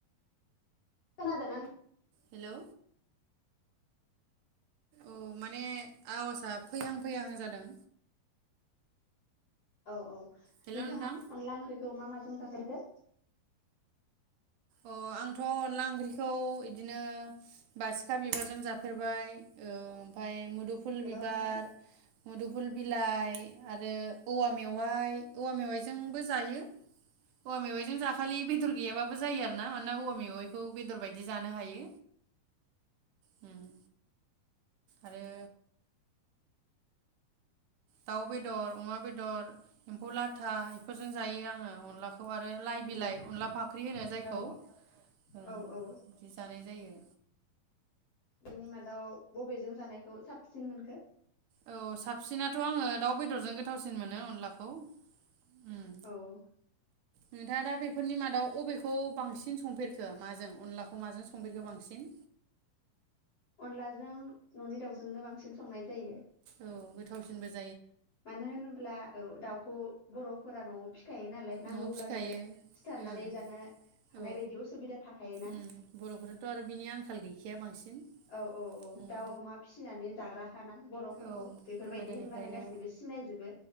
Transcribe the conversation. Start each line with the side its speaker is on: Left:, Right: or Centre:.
Left: खोनादोना <unintelligible>
Right: हेलौ औ माने आवाजआ फैहां फैहां जादों
Left: औ औ
Right: हेलौ
Left: नोंथांआ
Right: नोंथां
Left: अनला ओंख्रै खौ मा माजों जाफेरखो
Right: अ आंथ' अनला ओंख्रि खौ इदिनो बासिखा बिबारजों जाफेरबाय ओमफ्राय मुदुफुल
Left: हेल'
Right: बिबार
Left: नोंथां
Right: मुदुफुल बिलाइ आरो औवा मेवाइ औवा मेवाइजोंबो जायो। औवा मेवायजों जाखालि बे दर गैयाबाबो जायो आ ना मानोना औवा मेवाइखौ बेदर बायदि जानो हायो। ओम आरो दाउ बेदर अमा बेदर एम्फौ लाथा बेफोरजों जायो आङो अनलाखौ आरो लाइ बिलाइ
Left: उम
Right: अनला फाख्रि होनो जायखौ
Left: औ
Right: ओं
Left: औ
Right: <unintelligible> जानाय जायो
Left: बेनि मादाव बबेजों जानायखौ साबसिन मोनखो
Right: औ साबसिनाथ' आङो दाउ बेदरजों गोथावसिन मोनो अनलाखौ उम
Left: औ
Right: नोंथाङा दा बेफोरनि मादाव अबेखौ बांसिन संफेरखो माजों अनलाखौ माजों संफेरखो बांसिन?
Left: अनलाजों न'नि दाउजोंनो बांसिन स संनाय जायो
Right: औ गोथावसिनबो ज
Left: मानो होनोब्ला औ दाउखौ बर'फोरा न'आव फिखायो नालाय नांगौब्लानो
Right: न'आव फिखायो
Left: सिथारनानै
Right: ओं
Left: जानो हानाय
Right: औ
Left: बायदि असुबिदा थाखायोना
Right: उम बर'फोराथ' आरो बिनि आंखाल गैखाया बांसिन
Left: औ औ औ
Right: उम
Left: दाउ अमा फिसिनानै जाग्राखाना बर' फोरखौ
Right: औ
Left: बेफोरबायदि
Right: गोदोनिफ्रायनो
Left: होनबानो गासि सिबो सिनायजोबो